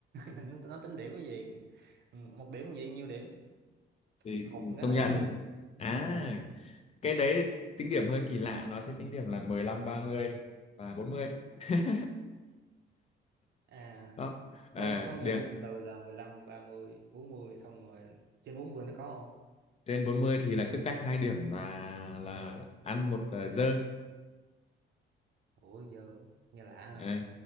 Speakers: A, on the right (about 60°); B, on the left (about 35°).
A: nó, nó tính điểm cái gì một điểm gì nhiêu điểm
B: thì
A: hụt một cái
B: công
A: là
B: nhận
A: nhiêu điểm
B: à
A: ừ.
B: cái đấy tính điểm hơi kỳ lạ nó sẽ tính điểm là mười lăm, ba mươi và bốn mươi <laughs>
A: à
B: đó à,
A: có nghĩa, có nghĩa
B: được
A: lên từ từ là mười lăm ba mươi bốn mươi xong rồi trên 40 nó có không
B: trên 40 thì là cứ cách hai điểm là là ăn một ờ, dơ
A: ủa giờ nghe lạ ha
B: Ờ,